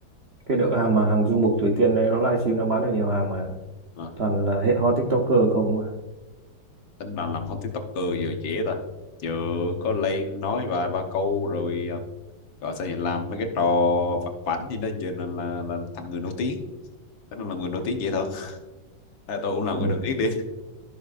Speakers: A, on the right; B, on the left.
A: cái đội hàng mà hàng du mục Thủy Tiên đấy nó livestream nó bán được nhiều hàng mà
B: à,
A: toàn là hệ hot TikToker không mà
B: tính là làm hot tiktoker giờ dễ ta giờ có lên nói vài ba câu rồi ờ, gọi sao nhỉ làm mấy cái trò vặt vãnh gì đó giờ là là, là thành người nổi tiếng Thế nên là người nổi tiếng dễ thật à, tôi cũng làm
A: ừ.
B: người nổi tiếng